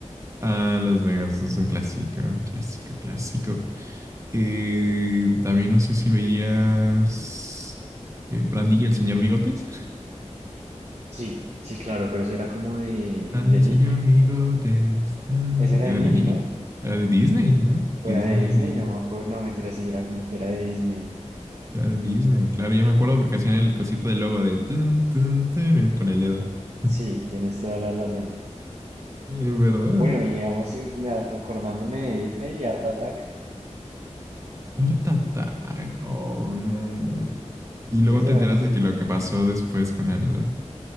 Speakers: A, on the right; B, on the right.
A: ah, los Megas es un clásico, clásico, clásico. Eh, también no sé si veías eh, Brandy y el señor Bigotes.
B: Sí, sí, claro, pero eso era como de,
A: <laughs> Brandy
B: de
A: y el
B: Nick.
A: señor Bigotes. tarara.
B: Ese era
A: Era
B: de Nick,
A: de Nick.
B: ¿no?
A: Era de Disney, ¿no? Disney.
B: O era de Disney, no me acuerdo. No, mentira, sí, era como que era de Disney.
A: Era de Disney. Claro, yo me acuerdo porque hacían el cosito del logo de tun, tun, turun con el dedo. <laughs>
B: Sí, tienes toda la razón.
A: Es verdad.
B: Bueno, llegamos acordándome de Disney y Art Attack.
A: Art Attack. Oh, no. Y luego
B: Ese
A: te
B: era
A: enteras
B: un.
A: de que lo que pasó después con el.